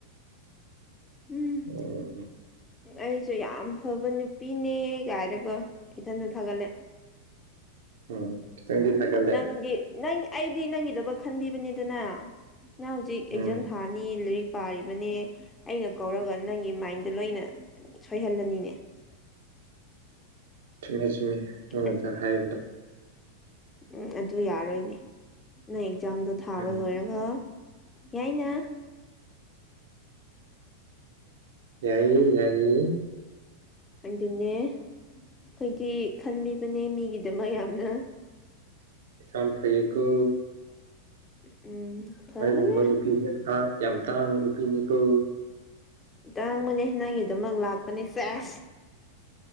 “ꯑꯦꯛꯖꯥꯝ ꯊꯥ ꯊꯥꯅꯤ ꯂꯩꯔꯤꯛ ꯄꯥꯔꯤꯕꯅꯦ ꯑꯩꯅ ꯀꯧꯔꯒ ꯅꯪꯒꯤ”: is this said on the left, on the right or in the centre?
Left